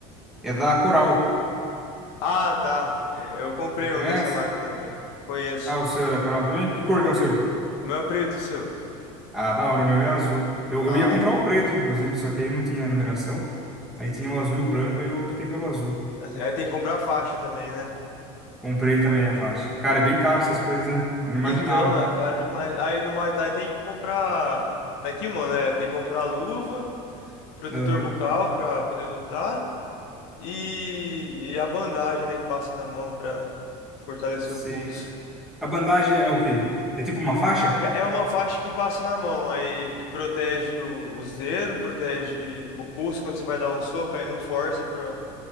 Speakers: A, in the centre; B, on the left.
A: É da Coral.
B: Ah, tá. É, Eu comprei
A: Você conhece?
B: um dessa marca também. Conheço.
A: Ah, o seu é da Coral também? Que cor que é o seu?
B: O meu é preto, e o seu.
A: Ah, da hora, o meu é azul. Eu,
B: Ah,
A: eu ia comprar o preto, inclusive, só que aí não tinha a numeração. Aí tinha o azul e o branco, aí eu optei pelo azul.
B: Assim, Aí tem que comprar faixa também, né?
A: Comprei também a faixa. Cara, é bem caro essas coisas, né? Eu não imaginava.
B: Então, é caro demais. Aí no Muay Thai tem que comprar. Daqui, mano, é, tem que comprar luva, protetor
A: Aham.
B: bucal pra poder lutar e, e a bandagem, né, que passa na mão pra fortalecer
A: Sei,
B: o pulso.
A: sei. A bandagem é o quê? É tipo uma faixa?
B: É, é uma faixa que passa na mão, aí protege o- os dedos, protege o pulso quando você vai dar um soco, aí não força pra,